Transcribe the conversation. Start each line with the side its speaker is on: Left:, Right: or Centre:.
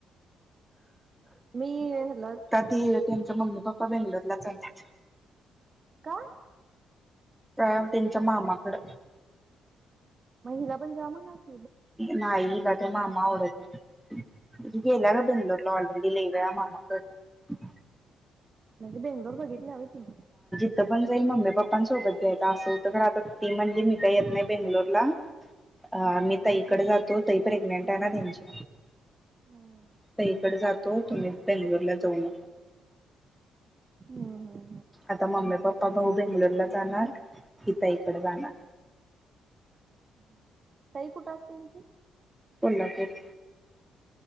Right: मी हेला
Centre: ती त्यांचं मम्मी पप्पा बेंगलोरला चालल्यात.
Right: का?
Centre: व्यायाम त्यांच्या मामाकड.
Right: म हिला पण जा म्हणावं.
Centre: नाही हिला तो मामा आवडत नाही. ती गेल्या ग बेंगलोरला ऑलरेडी लय वेळा मामाकडं.
Right: म्हणजे बेंगलोर बघितल्या व्हय तिन?
Centre: कुठं पण जाईल मम्मी पप्पांसोबत जायचं असं होतं खर आता ती म्हणली मी काही येत नाही बेंगलोरला अमित ताईकडे जातो ताई प्रेग्नेंट आहे ना तेंचि
Right: हम्म
Centre: ताईकडं जातो तुम्ही बेंगलोरला जाऊ म
Right: ह हा!
Centre: आता मम्मी पप्पा भाऊ बेंगलोरला जाणार मी ताईकड जाणार.
Right: <inaudible> ताई कुठं असत्या यांची?
Centre: कोल्हापूर.